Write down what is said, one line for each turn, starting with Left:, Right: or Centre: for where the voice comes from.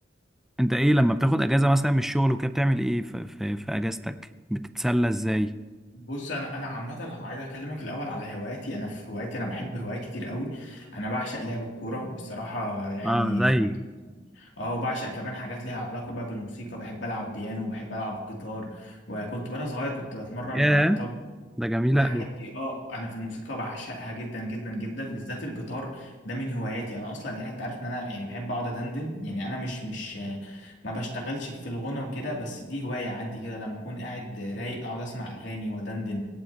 Centre: انت ايه لما بتاخد اجازة مثلا من الشغل وكده بتعمل ايه في, في, في اجازتك بتتسلى ازاي
Left: بص انا انا عامه عايز اكلمك الاول على هواياتي انا في هواياتي انا بحب هوايات كتير قوي انا بعشق لعب الكوره والصراحه يعني
Centre: اه زي
Left: اه وبعشق كمان حاجات ليها علاقه بقى بالموسيقى بحب العب بيانو بحب العب جيتار وكنت وانا صغير كنت بتمرن
Centre: ياه
Left: على الطبل
Centre: ده جميلة
Left: والحاجات دي اه انا في الموسيقى بعشقها جدا جدا جدا بالذات الجيتار ده من هواياتي انا اصلا يعني انت عارف ان انا يعني بحب اقعد ادندن يعني انا مش مش آه، ما بشتغلش في الغنى وكده بس دي هواية عندي كده لما اكون قاعد رايق اقعد اسمع اغاني ودندن من